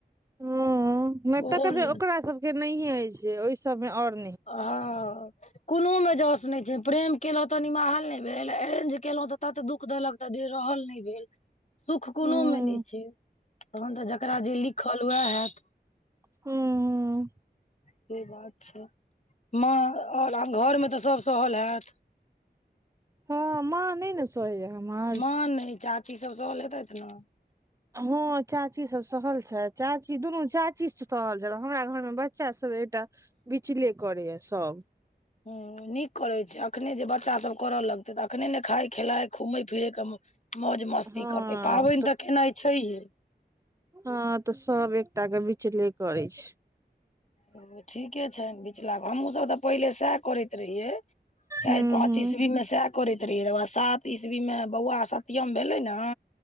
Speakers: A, on the right; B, on the left.
A: हुं नै
B: ओल
A: तऽ कभी ओकरा सबके नहिये हय छै, ओय सबमे और
B: आ। कुनो मे जस नै छै, प्रेम केलौ तऽ निमाहल नै भेल, ऐरेंज केलौ तऽ तत दुख देलक तऽ धिर रहल नै भेल। सुख कुनो
A: हूँ
B: मे नै छै तहन तऽ जकरा जे लिखल वैह हाएत।
A: हुं-हुं।
B: से बात छै, मां और आ घरमे तऽ सब सहल हैत?
A: हां मां नै न सहैया हमर।
B: मां नै चाची सब सहल हेतैत नै?
A: हां चाची सब सहल छै, चाची दुनू चाची छै सहल हमरा घरमे बच्चा सब एकटा बिचले करय यै सब।
B: हां नीक करै छै अखने जे बच्चा सब करा लगतै तऽ अखने नै खाय खेलाय घूमै-फिरै के म मौज मस्ती
A: हँ
B: करतै, पाबैन तऽ केनाइ छैहे।
A: हां तऽ सब एकटा कै बिचले करै छै।
B: हां ठीके छै बिचला हम्हुं सब तऽ पहिले सैह करैत रहिये। चाएर
A: हूँ
B: पांच
A: हूँ
B: ईस्वीमे सैह करैत तकर बाद सात ईस्वी मे बौआ सत्यम भेलै नै